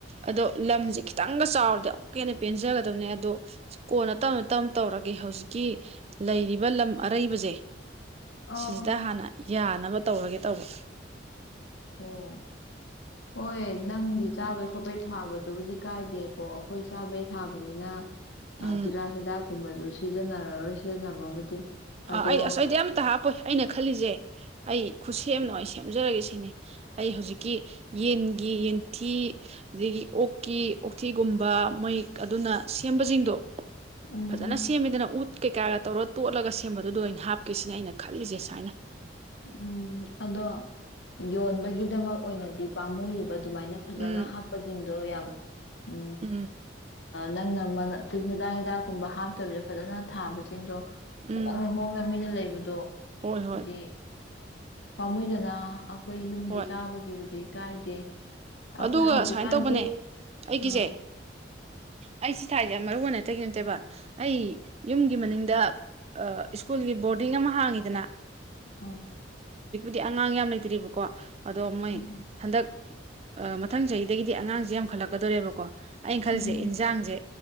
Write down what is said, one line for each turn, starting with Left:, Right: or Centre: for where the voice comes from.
Right: ꯑꯗꯣ ꯂꯝꯁꯦ ꯈꯤꯇꯪꯒ ꯆꯥꯎꯔꯗꯤ ꯑꯃꯨꯛꯀ ꯍꯦꯟꯅ ꯄꯦꯟꯖꯒꯗ ꯗꯕꯅꯦ ꯑꯗꯣ ꯀꯣꯟꯅ ꯇꯞꯅ ꯇꯞꯅ ꯇꯧꯔꯒꯦ ꯍꯧꯖꯤꯛꯀꯤ ꯂꯩꯔꯤꯕ ꯂꯝ ꯑꯔꯩꯕꯁꯦ
Left: ꯑ ꯑꯣ
Right: ꯁꯤꯁꯤꯗ ꯍꯥꯟꯅ ꯌꯥꯅꯕ ꯇꯧꯔꯒꯦ ꯇꯧꯕ
Left: ꯑꯣ ꯍꯣꯏ ꯅꯪꯗꯤ ꯆꯥꯕꯩ ꯈꯣꯠꯄꯩ ꯊꯥꯕꯗꯨꯕꯨꯗꯤ ꯀꯥꯏꯗꯦꯀꯣ ꯑꯩꯈꯣꯏ ꯆꯥꯕꯩ ꯊꯥꯕꯅꯤꯅ ꯑ
Right: ꯎꯝ
Left: ꯇꯤꯜꯍꯥꯠ ꯍꯤꯗꯥꯛ ꯀꯨꯨꯝꯕꯁꯨ ꯁꯤꯖꯤꯟꯅꯔꯔꯣꯏ ꯁꯤꯖꯤꯟꯅꯕꯕꯨꯗꯤ ꯑꯗꯣ
Right: ꯑꯥ ꯑꯩ ꯑꯁ ꯑꯩꯗꯤ ꯑꯃꯇ ꯍꯥꯞꯄꯣꯏ ꯑꯩꯅ ꯈꯜꯂꯤꯁꯦ ꯑꯩ ꯈꯨ ꯁꯦꯝꯅ ꯑꯩ ꯁꯦꯝꯖꯔꯒꯦ ꯁꯤꯅꯤ ꯑꯩ ꯍꯧꯖꯤꯛꯀꯤ ꯌꯦꯟꯒꯤ ꯌꯦꯟꯊꯤ ꯑꯗꯒꯤ ꯑꯣꯛꯀꯤ ꯑꯣꯛꯊꯤꯒꯨꯝꯕ ꯃꯣꯏ ꯑꯗꯨꯅ ꯁꯦꯝꯕꯁꯤꯡꯗꯣ
Left: ꯎꯝ
Right: ꯐꯖꯅ ꯁꯦꯝꯃꯤꯗꯅ ꯎꯠ ꯀꯩꯀꯥꯒ ꯇꯧꯔꯒ ꯇꯣꯠꯂꯒ ꯑꯗꯨꯗ ꯑꯣꯏꯅ ꯍꯥꯞꯀꯁꯤꯅꯦ ꯑꯩꯅ ꯈꯜꯂꯤꯁꯦ ꯁꯨꯃꯥꯏꯅ
Left: ꯎꯝ ꯑꯗꯣ ꯌꯣꯟꯕꯒꯤꯗꯃꯛ ꯑꯣꯏꯅꯗꯤ ꯄꯥꯝꯃꯨꯕ ꯑꯗꯨꯃꯥꯏꯅ ꯐꯖꯅ
Right: ꯎꯝ
Left: ꯍꯥꯞꯄꯁꯤꯡꯗꯣ ꯌꯥꯝ ꯎ
Right: ꯎꯝ
Left: ꯅꯪꯅ ꯍꯤꯗꯥꯛ ꯍꯤꯗꯥꯛ ꯀꯨꯝꯕ ꯍꯥꯞꯇꯕꯤꯗ ꯐꯖꯅ ꯊꯥꯕꯁꯤꯡꯗꯣ
Right: ꯎꯝ
Left: ꯍꯣꯡꯅ ꯍꯣꯡꯅ ꯃꯤꯅ ꯂꯩꯕꯗꯣ
Right: ꯍꯣꯏ ꯍꯣꯏ
Left: ꯍꯥꯏꯗꯤ ꯄꯥꯝꯃꯨꯏꯗꯅ ꯑꯩꯈꯣꯏ ꯌꯨꯝꯒꯤ
Right: ꯍꯣꯏ
Left: ꯆꯥꯕꯒꯤꯕꯨꯗꯤ ꯀꯥꯏꯗꯦ ꯑꯩꯈꯣꯏ
Right: ꯑꯗꯨꯒ
Left: ꯍꯧꯖꯤꯛꯀꯥꯟꯗꯤ
Right: ꯁꯨꯃꯥꯏꯅ ꯇꯧꯕꯅꯦ ꯑꯩꯒꯤꯁꯦ
Left: ꯑꯥ
Right: ꯑꯩ ꯁꯤ ꯊꯥꯏꯖꯔ ꯃꯔꯨ ꯑꯣꯏꯅꯇꯩꯒꯤ ꯅꯣꯠꯇꯦꯕ ꯑꯩ ꯌꯨꯝꯒꯤ ꯃꯅꯤꯡꯗ ꯁ꯭ꯀꯨꯜꯒꯤ ꯕꯣꯔꯗꯤꯡ ꯑꯃ ꯍꯥꯡꯉꯤꯗꯅ
Left: ꯑ
Right: ꯗꯤ ꯑꯉꯥꯡ ꯌꯥꯝ ꯂꯩꯇ꯭ꯔꯤꯕꯣ ꯀꯣ ꯑꯗꯣ ꯃꯣꯏ
Left: ꯎꯝ
Right: ꯍꯟꯗꯛ ꯑ ꯃꯊꯪ ꯆꯍꯤꯗꯒꯤꯗꯤ ꯑꯉꯥꯡꯁꯦ ꯌꯥꯝꯈꯠꯂꯛꯀꯗꯣꯣꯔꯦꯕꯀꯣ ꯑꯩꯅ ꯈꯜꯁꯦ
Left: ꯎꯝ
Right: ꯌꯦꯟꯁꯥꯡꯁꯦ